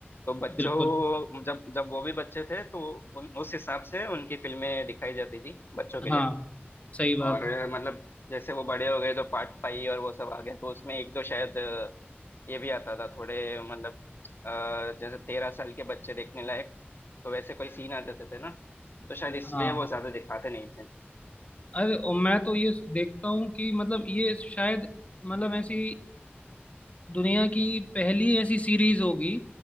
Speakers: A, on the left; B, on the left.
A: तो बच्चों
B: बिल्कुल
A: जब जब वो भी बच्चे थे तो उन, उस हिसाब से उनकी फिल्में दिखाई जाती थी बच्चों के लिए
B: हाँ सही बात
A: और
B: है
A: मतलब जैसे वो बड़े हो गए तो पार्ट फाइव और वो सब आ गया तो उसमें एक दो शायद अ, ये भी आता था थोड़े मतलब अ, जैसे तेरह साल के बच्चे देखने लायक तो वैसे कोई सीन आ जाते थे ना तो शायद इसलिए
B: हाँ
A: वो ज्यादा दिखाते नहीं थे
B: अरे और मैं तो ये देखता हूँ कि मतलब ये शायद मतलब ऐसी दुनिया की पहली ऐसी सीरीज होगी